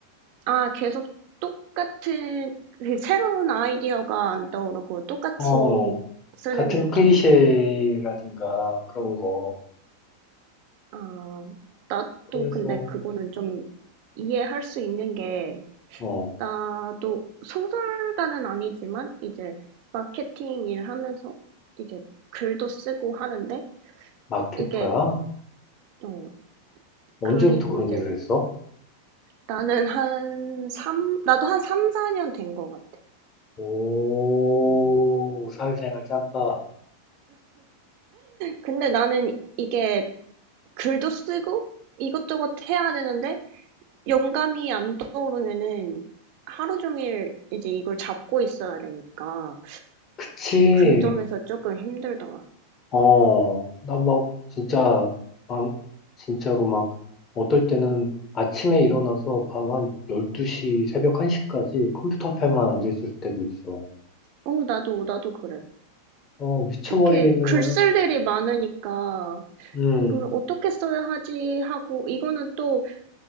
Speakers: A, on the right (about 45°); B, on the left (about 30°).
A: 아, 계속 똑같은, 그 새로운 아이디어가 안 떠오르고 똑같이
B: 어,
A: 쓰는
B: 같은
A: 느낌.
B: 클리셰라든가 그런 거.
A: 아, 나도
B: 그래서,
A: 근데 그거는 좀 이해할 수 있는 게
B: 어.
A: 나도 소설가는 아니지만 이제 마케팅 일 하면서 이제 글도 쓰고 하는데
B: 마케터야?
A: 이게 어
B: 언제부터
A: 그리고
B: 그런
A: 이제
B: 일을 했어?
A: 나는 한 3, 나도 한삼 4년 된 것 같아.
B: 오,
A: 음.
B: 사회생활 짬밥.
A: 근데 나는 이게 글도 쓰고 이것저것 해야 되는데 영감이 안 떠오르면은 하루 종일 이제 이걸 잡고 있어야 되니까
B: 그치.
A: 그 점에서 조금 힘들더라.
B: 어, 나 막, 진짜, 막, 진짜로 막, 어떨 때는 아침에 일어나서 밤 한 12시, 새벽 1시까지 컴퓨터 앞에만 앉아있을 때도 있어.
A: 어, 나도, 나도 그래.
B: 어, 미쳐버리겠는
A: 특히 글
B: 거야.
A: 쓸 일이 많으니까
B: 음,
A: 이거를 어떻게 써야 하지 하고 이거는 또